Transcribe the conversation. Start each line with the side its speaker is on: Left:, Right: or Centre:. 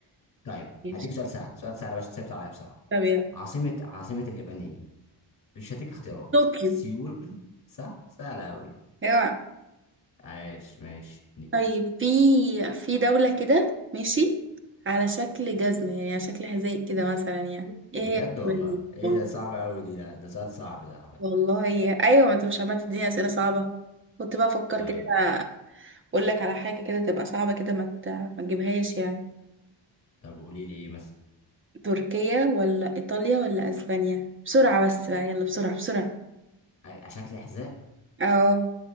Left: طيب
Right: ماشي
Left: هديك سؤال سهل سؤال سهل باش تسيبت عليا بسرعة
Right: طب يلا
Left: عاصمة عاصمة اليابان ايه مش هديك اختيارات
Right: طوكيو
Left: سيول صح سهلة قوي
Right: ايوه
Left: عايش ماشي
Right: طيب في في دولة كده ماشي على شكل جزمة يعني على شكل حذاء كده مثلا يعني ايه
Left: بجد
Right: هي
Left: والله
Right: الدولة
Left: ايه ده
Right: دي
Left: صعب قوي دي لا ده سؤال صعب ده على
Right: والله
Left: فكرة
Right: ايوه ما انت مش عمال تديني اسئله صعبه كنت بقى افكر
Left: طيب
Right: كده اقول لك على حاجه كده تبقى صعبه كده ما ت- ما تجيبهاش يعني
Left: طب قولي لي ايه مثلا
Right: تركيا ولا ايطاليا ولا اسبانيا بسرعه بس بقى يلا بسرعه بسرعه
Left: ع- على شكل حذاء
Right: اه